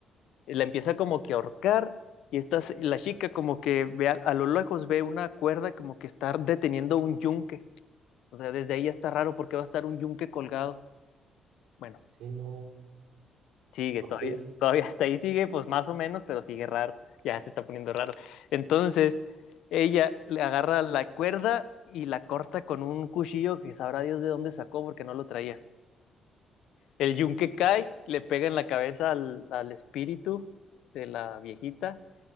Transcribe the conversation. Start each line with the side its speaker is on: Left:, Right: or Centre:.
Left: Y La empieza como que a ahorcar y esta, se- la chica como que ve a, a lo lejos ve una cuerda como que está deteniendo un yunque. O sea, desde ahí ya está raro porque va a estar un yunque colgado. Bueno,
Right: sí, no.
Left: Sigue,
Right: Ok,
Left: todavía, todavía hasta ahí sigue, pues más o menos, pero sigue raro, ya se está poniendo raro. Entonces, ella le agarra la cuerda y la corta con un cuchillo que sabrá Dios de dónde sacó porque no lo traía. El yunque cae, le pega en la cabeza al, al espíritu de la viejita